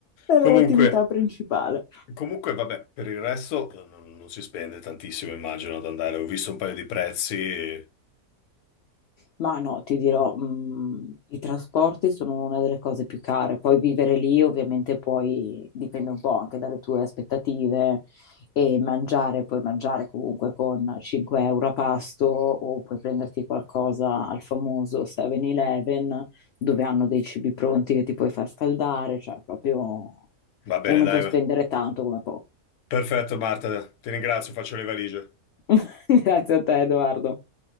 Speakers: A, on the left; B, on the left.
A: è
B: Comunque,
A: l'attività principale.
B: comunque, vabbè, per il resto eh, non, non si spende tantissimo, immagino, ad andare. Ho visto un paio di prezzi,
A: Ma no, ti dirò, mh, i trasporti sono una delle cose più care. Poi vivere lì ovviamente poi dipende un po' anche dalle tue aspettative e mangiare, puoi mangiare comunque con 5 euro a pasto o puoi prenderti qualcosa al famoso 7-Eleven dove hanno dei cibi pronti che ti puoi far scaldare, cioè proprio
B: va bene,
A: uno
B: dai,
A: può spendere
B: va.
A: tanto come poco.
B: perfetto Marta, ti ringrazio, faccio le valigie.
A: <laughs> Grazie a te, Edoardo.